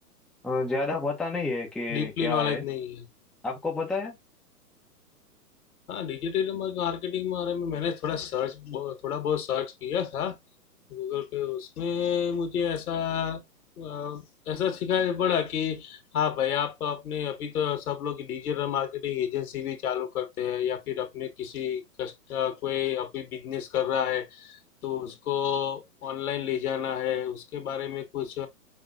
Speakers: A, in the centre; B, on the left.
A: अ, ज्यादा पता नहीं है कि
B: डीपली
A: क्या
B: नॉलेज
A: है
B: नहीं है
A: आपको पता है
B: हाँ डिजिटल मार्केटिंग के बारे में मैंने थोड़ा सर्च थोड़ा बहुत सर्च किया था गूगल पे उसमें मुझे ऐसा अ, ऐसा सिखाया पड़ा कि हाँ भाई आप अपने अभी तो सब लोग डिजिटल मार्केटिंग एजेंसी भी चालू करते हैं या फिर अपने किसी कस्ट कोई अभी बिजनेस कर रहा है तो उसको ऑनलाइन ले जाना है उसके बारे में कुछ